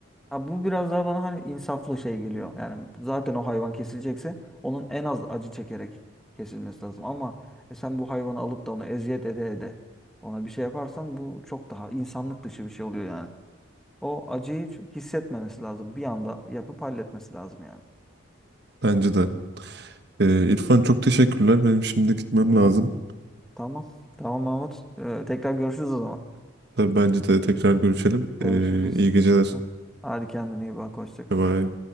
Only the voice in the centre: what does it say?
Ya bu biraz daha bana hani insaflı şey geliyor. Yani zaten o hayvan kesilecekse onun en az acı çekerek kesilmesi lazım. Ama e, sen bu hayvanı alıp da onu eziyet ede ede ona bir şey yaparsan bu çok daha insanlık dışı bir şey oluyor yani. O acıyı hiç hissetmemesi lazım. Bir anda yapıp halletmesi lazım yani.
Hı.
Tamam. Tamam Mahmut. Ee, tekrar görüşürüz o zaman.
Görüşürüz.
Hı. Hadi kendine iyi bak. Hoşça kal.